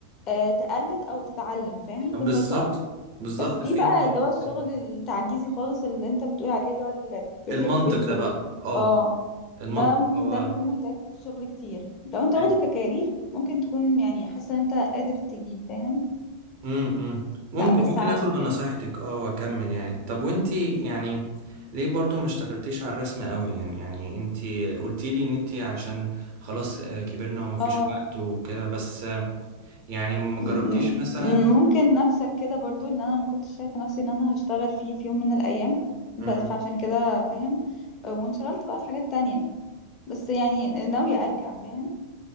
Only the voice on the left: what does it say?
آه، تقلد او تتعلم فاهم
كنت هتقف
بس في
بقى
اللي هو الشغل
التعجيزي خالص اللي انت بتقول عليه اللي هو البيرفكت
بيت شغل
اه
ده ممكن
ده اللي يكون محتاج شغل كتير لو انت واخده
ككارير ممكن تكون يعني حاسه ان انت قادر تجيب فاهم
لا بس
عايش
بجد
اه
م-
م-
ممكن نفسك كده برضو اللي انا ما كنتش شايفه نفسي ان انا هشتغل فيه في يوم من الايام بس
فعشان كده فاهم آه، وانشغلت بقى في حاجات تانية بس يعني ناويه ارجع فاهم